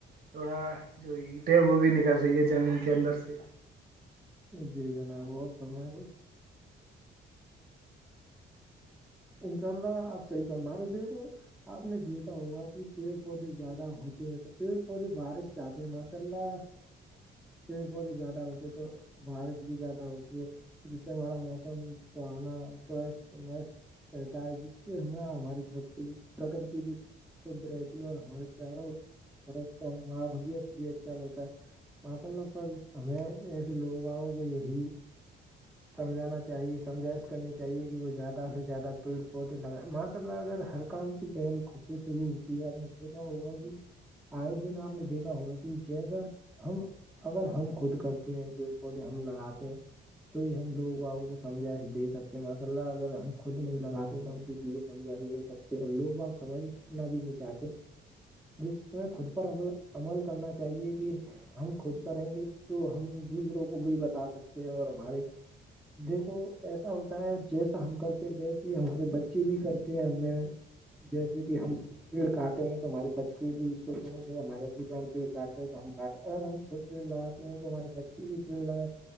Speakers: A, on the right (about 50°); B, in the centre.
A: تھوڑا جو اینٹ ہے وہ بھی نکل رہی ہے زمین کے اندر سے
B: جی جناب اور فرمائیں کچھ انشاء اللہ آپ صحیح فرما رہے دیکھو آپ نے دیکھا ہوگا کہ پیڑ پودے زیادہ ہوتے ہیں تو پیڑ پودے بارش جاتے ہیں ماشاء اللہ پیڑ پودے زیادہ ہوتے ہیں تو بارش بھی زیادہ ہوتی ہے جس سے ہمارا موسم سہانا سو م رہتا ہے جس سے ہمیں ہماری پرکتی بھی شھ رہتی اور ہمارے چاروں طر کا ماحوولت بھی اچھا رہتا ہے مسل پر ہمیں ایسے لوگ آؤ کو یہی سمجھانا چاہیے سمجھائش کرنی چاہیے کہ وہ زیادہ زیادہ پیڑ پودے لگائے ماشاء اللہ اگر ہر کام کی پہل خود سے شرع ہوتی ہے آپ نے دیکھا ہوگا کہ آئے دن آپ نے دیکھا ہوا کہ جیسا ہم اگر ہم خود کرتے ہیں پیڑ پودے ہم لگاتے ہیں تو ہی ہم لوگ بوں کو سمجا دے سکتے ہیں ماشاء اللہ اگر ہم خود نہیں لگاتے تو ہم کسی کو سمھا بھی نہیں سکتے اور لوگ ب سمجھنا بھی نہیں چاہتے جس میں خود پر عمل عمل کرنا چاہیے کہ ہم خود کریں گے تو ہم دوسروں کو بھیی بتا سکتے ہیں اور ہمارے دیکھو ایسا ہوتا ہے جیسا ہم کرتے ویسے ہی ہمارے بچے بھی کرتے ہیں ہمیں جیسے کہ ہم پیڑ کاٹیں گے تومہارے بچے بھی سو ہمارے ا جان پیڑ کاٹے ہیں تو ہم کاٹے اگر ہم خود پیڑ لگاتے ہیں تو ہمارے بچے بھی پیڑ لگائے